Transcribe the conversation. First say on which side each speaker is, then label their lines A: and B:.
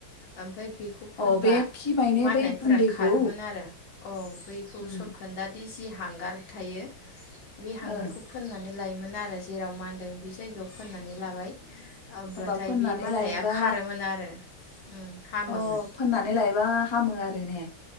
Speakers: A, on the left (about 75°); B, on the left (about 45°).
A: ओमफाय बेखौ फोनबा
B: अ बे खि माने
A: माननायफोरा
B: बै गुन्दैखौ
A: खारोमोन आरो। औ। बैखौ
B: उम
A: सरखोन्दा <unintelligible> जि हांगार थायो। बे हांगारखौ
B: ओं
A: फोननानै लायोमोन आरो जेराव मानदों बे जायगायाव फोननानै लाबाय। अब्लाथाय
B: होमबा फोननानै
A: बे माननाया
B: लायोबा
A: खारोमोन आरो। उम हामोमोन
B: अ फोननानै लायोबा हामो आरो। रो ने?